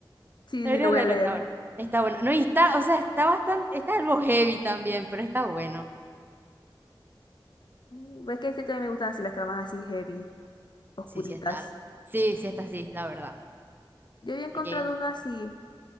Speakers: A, on the left; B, on the right.
A: Sí,
B: Debería
A: sí, lo voy
B: leerlo,
A: a leer.
B: está bueno. Está bueno. No, y está, o sea, está bastante, está algo heavy también, pero está bueno.
A: Mm, Es que este también me gustan así las tramas así heavy, oscuritas.
B: Sí, sí está. Sí, sí está así, la verdad.
A: Yo había encontrado
B: De que.
A: uno así,